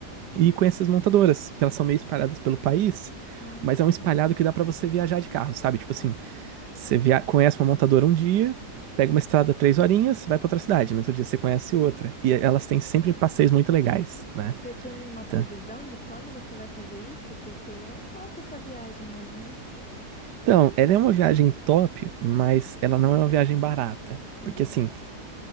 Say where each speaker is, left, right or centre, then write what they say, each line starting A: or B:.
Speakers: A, on the right; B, in the centre.
A: e com essas montadoras, que elas são meio espalhadas pelo país,
B: Nossa,
A: mas é um espalhado que dá pra você viajar de carro, sabe? Tipo
B: tá.
A: assim, você via... conhece uma montadora um dia, pega uma estrada três horinhas, vai pra outra cidade, no outro dia você conhece outra. E elas têm sempre passeios muito legais, né?
B: E você tem uma previsão
A: Tá.
B: de quando você vai fazer isso? Porque é top essa viagem mesmo, hein?
A: Então, ela é uma viagem top, mas ela não é uma viagem barata.
B: Não,
A: Porque assim,